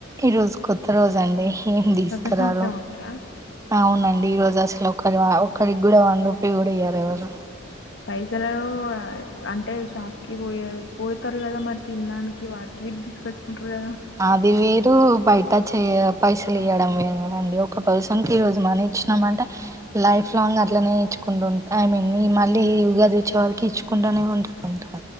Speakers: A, on the right; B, on the left.
A: ఈ రోజు కొత్త రోజు అండి ఏం తీసుకురాలే
B: కొత్త సంవత్సరం అంటరా
A: అవునండి ఈ రోజు అసలు ఒక ఆ ఒకరికి కూడా వన్ రూపి కూడా ఇయ్యారు ఎవరు
B: పైసలు అంటే షాప్ కి పోయ పోతారు కదా మరి తినడానికి వాటికి వీటికి తీసుకొచ్చుకుంటారు కదా
A: అది వేరు బయట చెయ పైసలు ఇయడం వేరు కదండి ఒక పర్సన్ క ఈ రోజు మనీ ఇచ్చినాం అంటే లైఫ్ లాంగ్ అట్లానే ఇచ్ కుండట్ ఐ మీన్ మళ్ళీ ఉగాది వచ్చే వళ్కి ఇచ్చుకుంటానే ఉంటారుంటా